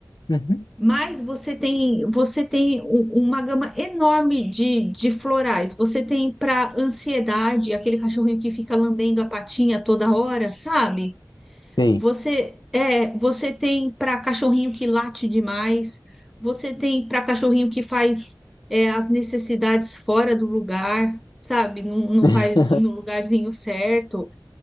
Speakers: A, on the left; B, in the centre.
A: uhum.
B: Mas você tem, você tem u- uma gama enorme de, de florais. Você tem para ansiedade, aquele cachorrinho que fica lambendo a patinha toda hora, sabe?
A: Sim.
B: Você é, você tem para cachorrinho que late demais. Você tem para cachorrinho que faz é, as necessidades fora do lugar, sabe? Não, não
A: <laughs>
B: faz no lugarzinho certo